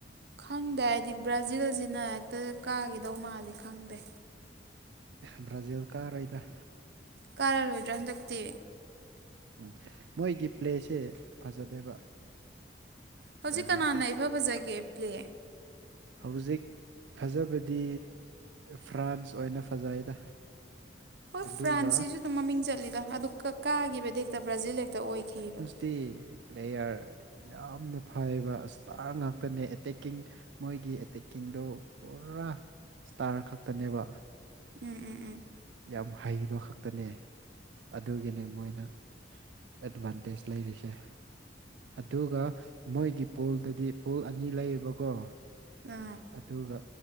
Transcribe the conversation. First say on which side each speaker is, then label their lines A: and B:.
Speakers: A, on the right; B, on the right.
A: ꯈꯪꯗꯦ ꯍꯥꯏꯗꯤ ꯕ꯭ꯔꯥꯖꯤꯜꯁꯤꯅ ꯍꯦꯛꯇ ꯀꯥꯈꯤꯗꯧ ꯃꯥꯜꯂꯤ ꯈꯪꯗꯦ
B: ꯕ꯭ꯔꯥꯖꯤꯜ ꯀꯥꯔꯣꯏꯗ
A: ꯀꯥꯔꯔꯣꯏꯗ꯭ꯔꯥ ꯍꯟꯗꯛꯇꯤ
B: ꯎꯝ ꯃꯣꯏꯒꯤ ꯄ꯭ꯂꯦꯁꯦ ꯐꯖꯗꯦꯕ
A: ꯍꯧꯖꯤꯛ
B: ꯕ꯭ꯔꯥꯖꯤꯜꯁꯦ
A: ꯀꯅꯥꯅ ꯏꯐ ꯐꯖꯒꯦ ꯄ꯭ꯂꯦ
B: ꯍꯧꯖꯤꯛ ꯐꯖꯕꯗꯤ ꯐ꯭ꯔꯥꯟꯁ ꯑꯣꯏꯅ ꯐꯖꯩꯗ
A: ꯍꯣꯏ
B: ꯑꯗꯨꯒ
A: ꯐ꯭ꯔꯥꯟꯁꯁꯤꯁꯨ ꯑꯗꯨꯝ ꯃꯃꯤꯡ ꯆꯠꯂꯤꯗ ꯑꯗꯨ ꯀ ꯀꯥꯒꯤꯒꯤꯕ ꯗꯤ ꯍꯦꯛꯇ ꯕ꯭ꯔꯥꯖꯤꯜ ꯍꯦꯛꯇ ꯑꯣꯏꯈꯤꯕ
B: ꯇꯤ ꯄ꯭ꯂꯦꯌꯥꯔ ꯌꯥꯝꯅ ꯐꯩꯕ ꯏꯁꯇꯥꯔ ꯉꯥꯛꯇꯅꯦ ꯑꯦꯇꯦꯛꯀꯤꯡ ꯃꯣꯏꯒꯤ ꯑꯦꯇꯦꯛꯀꯤꯡꯗꯣ ꯄꯨꯔꯥ ꯏꯁꯇꯥꯔ ꯈꯛꯇꯅꯦꯕ
A: ꯎꯝ ꯎꯝ ꯎꯝ
B: ꯌꯥꯝ ꯍꯩꯕ ꯈꯛꯇꯅꯦ ꯑꯗꯨꯒꯤꯅꯦ ꯃꯣꯏꯅ ꯑꯦꯠꯚꯥꯟꯇꯦꯖ ꯂꯩꯔꯤꯁꯦ ꯑꯗꯨꯒ ꯃꯣꯏꯒꯤ ꯄꯨꯜꯗꯗꯤ ꯄꯨꯜ ꯑꯅꯤ ꯂꯩꯌꯦꯕꯀꯣ
A: ꯑꯥ
B: ꯑꯗꯨꯒ